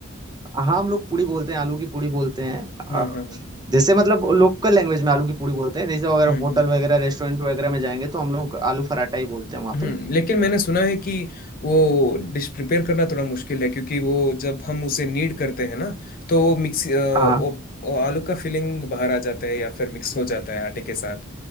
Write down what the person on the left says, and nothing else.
हाँ हाँ हाँ।
हम्म
हम्म
हम्म
लेकिन मैंने सुना है कि वो डिश प्रिपेयर करना थोड़ा मुश्किल है क्योंकि वो जब हम उसे नीड करते हैं ना तो वो मिक्स अ, वो,
वो आलू का फिलिंग बाहर आ जाता है या फिर मिक्स हो जाता है आटे के साथ